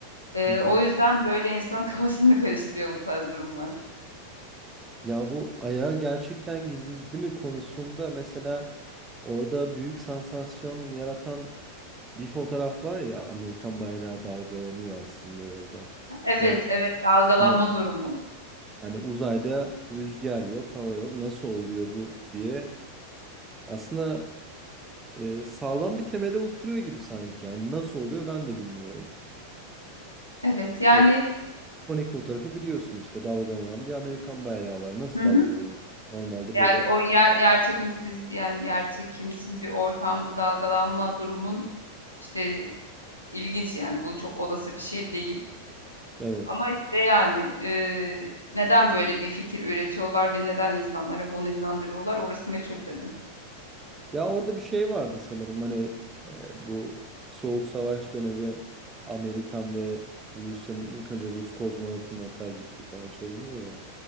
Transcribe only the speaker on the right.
Hı hı.
Ya bu ayağı gerçekten gizli mi konusunda mesela orada büyük sansasyon yaratan Bir fotoğraf var ya Amerikan bayrağı dalgalanıyor aslında orada.
Ve
hani,
hani uzayda rüzgar yok, hava yok. Nasıl oluyor bu diye aslında e, sağlam bir temele oturuyor gibi sanki. Yani nasıl oluyor ben de bilmiyorum.
O ikonik fotoğrafı biliyorsun işte dalgalanan bir Amerikan bayrağı var. Nasıl
dalgalanıyor? Normalde
böyle.
Evet.
Ya orada bir şey vardı sanırım hani e, bu Soğuk Savaş dönemi Amerikan ve Rusya'nın ilk önce Rus kozmonotun hatta gitti falan söyleniyor ya.